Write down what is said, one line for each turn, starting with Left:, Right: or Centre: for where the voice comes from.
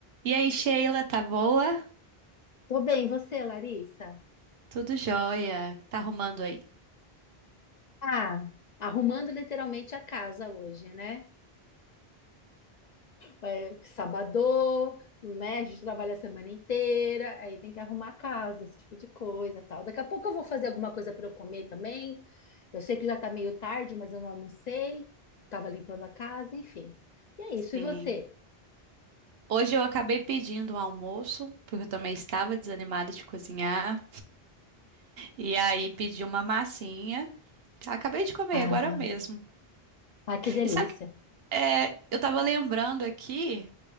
Right: E aí, Sheila, tá boa?
Left: Tô bem, você, Larissa?
Right: Tudo jóia? Tá arrumando aí?
Left: Ah, arrumando literalmente a casa hoje, né? É, sabadô, né? A gente trabalha a semana inteira, aí tem que arrumar a casa, esse tipo de coisa, tal. Daqui a pouco eu vou fazer alguma coisa para eu comer também. Eu sei que já tá meio tarde, mas eu não almocei, tava limpando a casa, enfim. E é
Right: Sim.
Left: isso, e você?
Right: Hoje eu acabei pedindo um almoço, porque eu também estava desanimada de cozinhar. E aí pedi uma massinha. Tá, Acabei de comer
Left: Ah,
Right: agora mesmo.
Left: ah, que delícia.
Right: E sabe, que- é, eu tava lembrando aqui